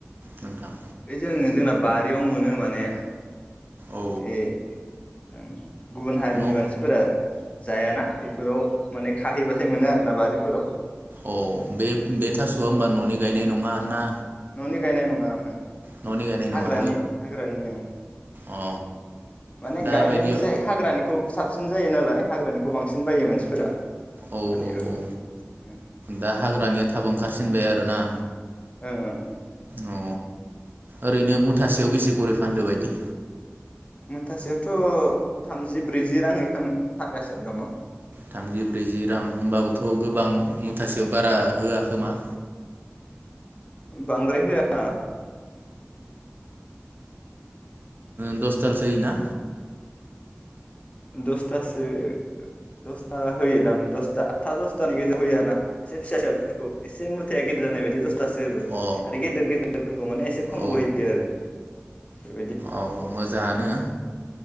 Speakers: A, on the right (about 45°); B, on the left (about 30°).
A: नोंथां
B: ओइ जों जोंना बारियाव मोनो माने
A: औ
B: ए ओं गुबुन हारिनि
A: न'
B: मानसिफोरा जायाना बेफोराव माने खाहैबाथाय मोनो आरोना बारिफोराव
A: अ बे बे थास'आ होमबा न'नि गायनाय नङा ना
B: न'नि गायनाय नङा आङो
A: न'नि गायनाय नङा
B: हाग्रानि हाग्रानि ओं
A: अ
B: माने
A: दा
B: गायनायनिसाय
A: बायदियाव
B: हाग्रानिखौ सा साबसिन जायो नालाय हाग्रानिखौ बांसिन बायो मानसिफोरा
A: औ
B: फानहैबाबो
A: औ औ
B: ओं
A: दा हाग्रानिया थाब ओंखारसिनबाय आरोना
B: ओं ओं
A: अ ओरैनो मुथासेयाव बेसे गरै फानदो बायदि
B: मुथासेयावथ' थामजि ब्रैजि राङै फानगासिनो दङ
A: थामजि ब्रैजि रां होनोमबाबोथ' गोबां मुथासेयाव बारा होआखोमा
B: बांद्राय होआ
A: दसथालसो होयोना
B: दसथासो दसथा होयोदां दसता आदथा दसथानि गेजेराव होयो आरो ना एसे फिसा फिसा बििसोरफोरखौ एसे मुथाया गेदेर जानाय बायदि दस थासो होबाय
A: अ
B: आरो गेदेर गेदेर फोरखौ माने एसे खम
A: औ
B: बो होयो आरो बेफोरबायदि
A: औ मोजाङानो